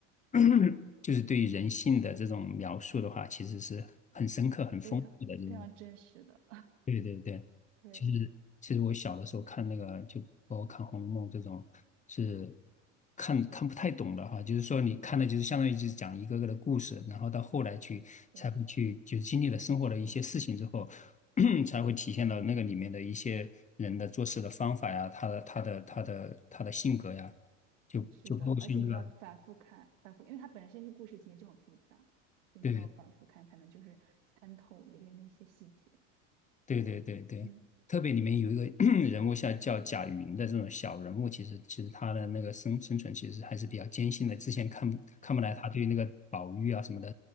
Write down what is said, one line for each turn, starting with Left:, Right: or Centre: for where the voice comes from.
Left: <clears throat> 就是对于人性的这种描述的话，其实是很深刻、很丰富的这种。
Right: 非常非常真实的，
Left: 对对对。
Right: <laughs> 对
Left: 其实其实我小的时候看那个，就包括看《红楼梦》这种，是看看不太懂的哈。就是说，你看的就是相当于就是讲一个个的故事，然后到后来去才会去，
Right: 对，
Left: 就是经历了生活的一些事情之后，<coughs> <clears throat> 才会体现到那个里面的一些人的做事的方法呀，他的他的他的他的性格呀，就就包括像这个
Right: 是的，而且你要反复看，反复，因为它本身这故事情节就很复杂，所以你就要反复看才能就是参透里边的一些细节。
Left: 对。对对对对，
Right: 嗯，
Left: 特别里面有一个 <clears throat> 人物像叫贾云的这种小人物，其实其实他的那个生生存其实还是比较艰辛的。之前看不看不来他对那个宝玉啊什么的
Right: 是的，